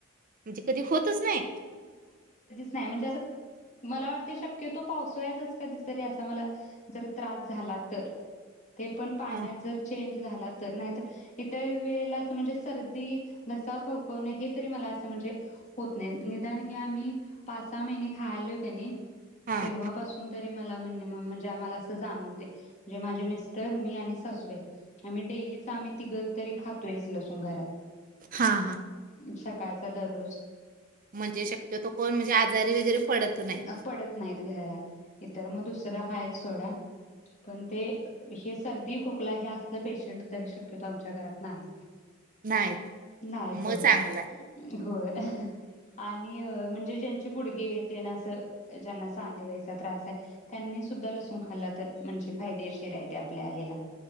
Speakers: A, on the right; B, on the left.
A: म्हणजे कधी होतच नाही.
B: नाय म्हणजे असं मला वाटत शक्यतो पावसाळ्यातच कधीतरी असा मला जर त्रास झाला तर ते पण पाण्यात
A: हां,
B: जर चेंज झाला तर नाही त इतर वेळेला असं म्हणजे सर्दी घसा खवखवणे हे तरी मला अस म्हणजे होत नाही निदान हे आम्ही पाच सहा महिने खायलोय क नाई
A: हां.
B: तेव्हापासून तरी म लामणी नी मं म्हणजे आमाला अस जाणवतय. जे माझे मिस्टर मी आणि सासूबाई आम्ही डेलीच आम्ही तिघ तरी खातोयस लसू घरात
A: हां, हां.
B: सकाळच अता दररोज
A: म्हणजे शक्यतो कोण म्हणजे आजारी वगैरे पडत नाही
B: अ पडत नाहीत घरात इतर म दुस तर हा एक आहे सोडा पण ते हे सर्दी, खोकला हे असलं पेशंट तरी शक्यतो आमच्या घरात नाही.
A: नाहीत.
B: नाही
A: मग
B: होय,
A: चांगला आहे.
B: होय हा आणि अ म्हणजे ज्यांचे गुडगे ते ना असं तर अ ज्यांना सांधे वाईचा त्रास आहे त्यांनी सुद्धा लसूण खाल्ला तर म्हणजे फायदेशीर आहे ते आपल्या हेला.